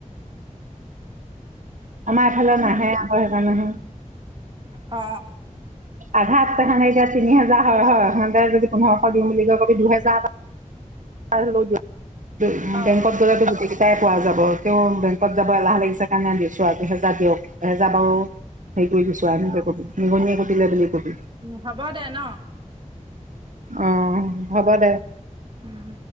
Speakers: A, on the right; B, on the right.
A: <inaudible> আমাৰ এইফালে নাহে আ ভয় খাই নাহে
B: অ
A: আধাত তেখানে এতিয়া তিনি হেজাৰ হয় হয় সিহতে যদি পোন্ধৰশ দিম বুলি কয় কবি দুহেজাৰ এটা <unintelligible>
B: অ
A: বেংকত গলে তোৰ গোটেই চাই পোৱা যাব। তেওঁ বেংকত যাব এলাহ লাগিছে কাৰণে দিছো আৰু। এহেজাৰ দিয়ক এহেজাৰ বাৰু হেৰি কৰি গৈছো। আনিব
B: অ
A: কবি নিগনিয়ে কুটিলে বুলি কবি।
B: হ'ব দে ন
A: অ হ'ব দে।
B: উম